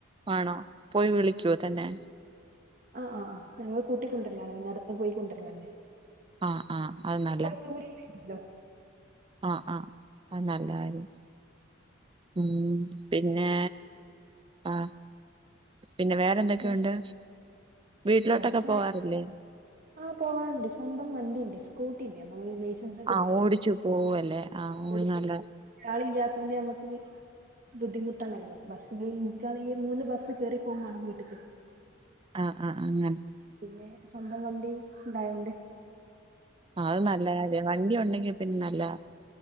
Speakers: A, on the right; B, on the right.
A: ആ ണോ പോയി വിളിക്കുവോ തന്നെ
B: ആ് ആ ആ ഞങ്ങൾ കൂട്ടിക്കൊണ്ടുവരില നടന്നു പോയിക്കൊണ്ടിരലന്നെ
A: ആഹ ആഹ് അത് ന ല്ല
B: ദൂരല്ലോ
A: ആ ആഹ് ആ നല്ല കാര്യം ഉമ് പിന്നെ ആഹ പിന്നെ വേറെന്തൊക്കെയുണ്ട്
B: ഏഹ്
A: വീട്ടിലോട്ടൊക്കെ
B: വേറെ സുഖമായിട്ട
A: പോവാറില്ലേ
B: ആഹ് പോവാനുണ്ട് സ്വന്തം വണ്ടിണ്ട് സ്കൂട്ടിണ്ട് നമ്മൾ സെൻസ് ഒക്കെ
A: ആഹ്
B: എടുത്തുകുണ്
A: ഓടിച്ചു പോവല്ലേ ആഹ് അത്
B: കൊടുത്ത്
A: നല്ല
B: ല ഈ ഇല്ലാത്ത കൊണ്ട് നമ്മക്ക് ബുദ്ധിമുട്ടണല്ലോ ബസിനാണെങ്കിൽ മൂന്ന് ബസ്സ് കേറിപ്പോകും വേണം വീട്ടക്ക്
A: ആഹ ആഹ് അങ്ങനെ
B: പിന്നെ സ്വന്തം വണ്ടി ഉണ്ടായോണ്ട്
A: അ അത് നല്ലകാര്യാ വണ്ടി ഉണ്ടെങ്കി പിന്നെ നല്ലതാ